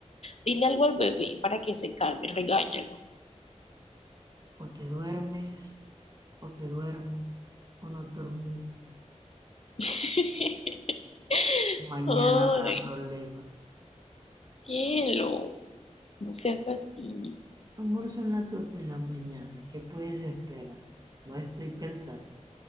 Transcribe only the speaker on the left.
Dile algo al bebé para que se calme, regáñalo.
<laughs>
Ay,
cielo, no seas así.